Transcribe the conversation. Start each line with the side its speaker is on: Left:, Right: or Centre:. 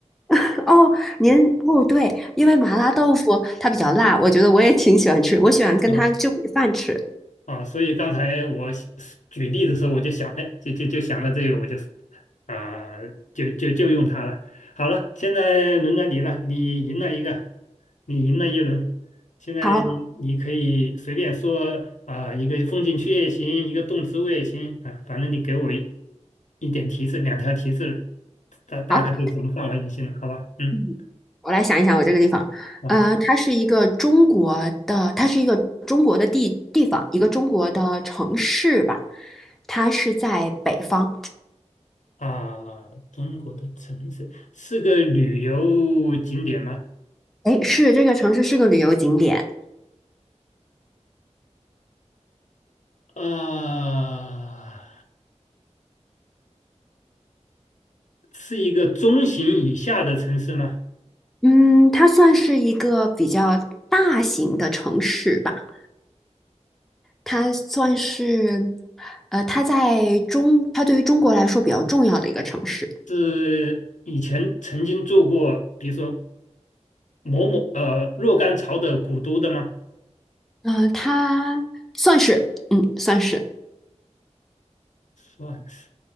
Centre: <laughs>。哦，您哦对，因为麻辣豆腐它比较辣，我觉得我也挺喜欢吃，我喜欢跟它就米饭吃。
Left: 啊啊，所以刚才我想举例的时候，我就想，哎，就就就想到这个，我就啊、就就就用它了。好了，现在轮到你了，你赢了一个，你赢了一轮。现在你可以随便说啊、
Centre: 好，
Left: 一个风景区也行，一个动植物也行啊，反正你给我一一点提示，两条提示，大大概这个什么范围就行了，
Centre: 好，
Left: 好吧？嗯。
Centre: 嗯，我来想一想我这个地方，
Left: 啊
Centre: 呃，它是一个中国的，它是一个中国的地地方，一个中国的城市吧，它是在北方，
Left: 啊，中国的城市是个旅游景点吗？
Centre: 哎，是这个城市是个旅游景点，
Left: 啊，是一个中型以下的城市吗？
Centre: 嗯，它算是一个比较大型的城市吧。它算是，呃，它在中，它对于中国来说比较重要的一个城市。
Left: 是以前曾经做过，比如说某某呃若干朝的古都的吗？
Centre: 呃，它算是，嗯，算是，
Left: 算是，